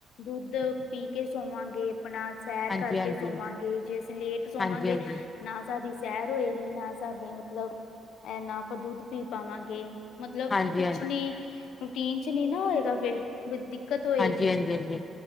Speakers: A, on the left; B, on the left.
A: ਦੁੱਧ ਪੀ ਕੇ ਸੋਵਾਂਗੇ। ਅਪਣਾ ਸੈਰ
B: ਹਾਂਜੀ
A: ਕਰਕੇ
B: ਹਾਂਜੀ
A: ਸੋਵਾਂਗੇ ਜੇ ਅਸੀਂ ਲੇਟ ਸੋਵਾਂਗੇ
B: ਹਾਂਜੀ ਹਾਂਜੀ
A: ਨਾ ਸਾਦੀ ਸੈਰ ਹੋਏਗੀ ਨਾ ਸਾਦੇ ਮਤਲਬ ਐ ਨਾ ਆਪਾਂ ਦੁੱਧ ਪੀ ਪਾਵਾਂਗੇ। ਮਤਲਬ
B: ਹਾਂਜੀ
A: ਕੁੱਛ
B: ਹਾਂਜੀ
A: ਨੀ ਰੂਟੀਨ ਚ ਨੀ ਨਾ ਹੋਏਗਾ ਫੇਰ। ਵਈ ਦਿੱਕਤ ਹੋਏਗੀ,
B: ਹਾਂਜੀ ਹਾਂਜੀ ਹਾਂਜੀ